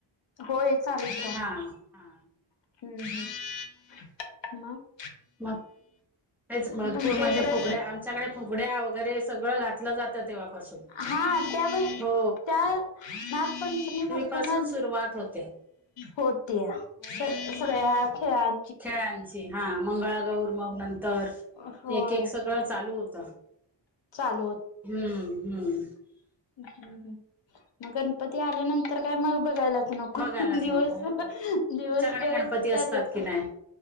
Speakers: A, on the left; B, in the centre.
A: होय चालुच
B: हा हा.
A: हम्म हम म.
B: मग तेच भरपूर
A: तुमच्या
B: म्हणजे
A: इकडे
B: फुगड्या आमच्याकडे फुगड्या वगैरे सगळं घातलं जातं तेव्हापासून.
A: हा त्या
B: हो
A: त्या नागपंचमी पासूनच
B: पासून सुरुवात होते.
A: होतीय
B: हो
A: सया-सगळ्या
B: हो.
A: खेळात.
B: खेळांची हा मंगळागौर मग नंतर
A: होय
B: एक एक सगळं चालू होत
A: चालू
B: हम्म हम्म.
A: ह् मग गणपती आल्यानंतर काय मग बघायला. नको
B: बघायलाच
A: दिवस
B: नको
A: दिवसभर
B: हो. तुमच्याकडे गणपती
A: जातच.
B: असतात की नाही?